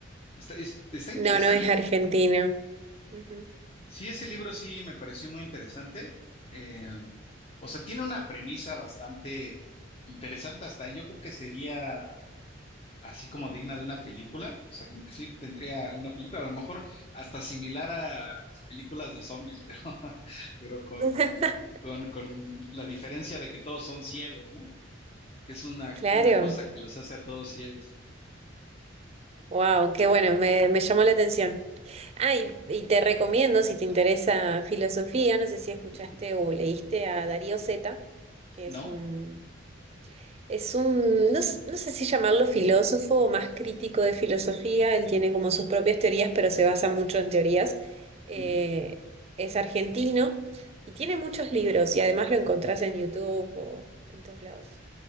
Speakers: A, on the left; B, on the right.
A: está, es- está interesante.
B: No, no es argentino. Ujú.
A: Sí, ese libro sí me pareció muy interesante. Eh, o sea, tiene una premisa bastante interesante, hasta yo creo que sería así como digna de una película, o sea, como que sí tendría una película, a lo mejor hasta similar a las películas de zombies, <laughs> pero, pero con,
B: <laughs>
A: con, con la diferencia de que todos son ciegos, ¿no? Que es una,
B: Claro.
A: una cosa que los hace a todos ciegos.
B: Wow, qué bueno, me, me llamó la atención. Ah, y, y te recomiendo, si te interesa filosofía, no sé si escuchaste
A: Ujú.
B: o leíste a Darío Zeta, que
A: ¿No?
B: es un, es un, no, s- no sé si llamarlo filósofo o más crítico de filosofía, él tiene como sus propias teorías, pero se basa mucho en teorías. Eh,
A: Ujú.
B: es argentino y tiene muchos libros y además lo encontrás en YouTube o en todos lados.